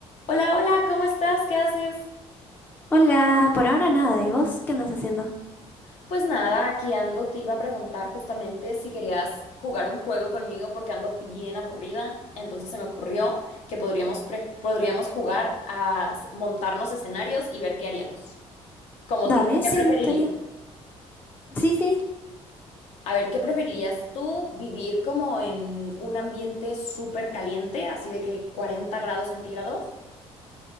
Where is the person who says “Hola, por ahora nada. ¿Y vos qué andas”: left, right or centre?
Left